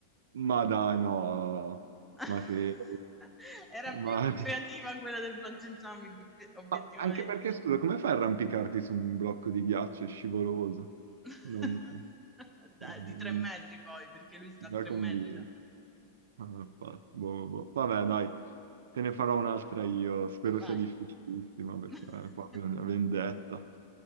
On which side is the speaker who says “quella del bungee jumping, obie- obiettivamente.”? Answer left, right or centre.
Centre